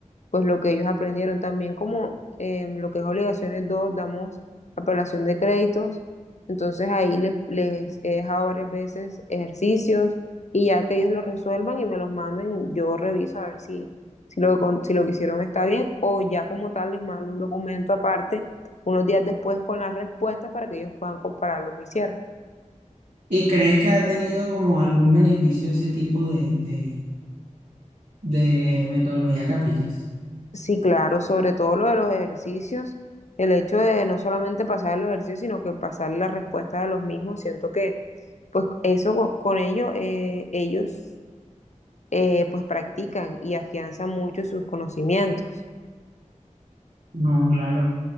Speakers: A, on the left; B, on the right.
A: pues lo que ellos aprendieron. También como em, lo que es obligaciones 2 damos apelación de créditos, entonces ahí les, les he dejado varias veces ejercicios y ya que ellos lo resuelvan y me los mandan, yo reviso a ver si, si lo, con- si lo que hicieron está bien o ya como tal les mando un documento aparte unos días después con las respuestas para que ellos puedan comparar lo que hicieron.
B: y crees que ha tenido como algún beneficio ese tipo de, de, de metodología que aplicas.
A: Sí, claro, sobre todo lo de los ejercicios, el hecho de no solamente pasar los ejercicios, sino que pasar la respuesta de los mismos, siento que pues eso co- con ello eh, ellos eh, pues practican y afianzan mucho sus conocimientos.
B: No, claro.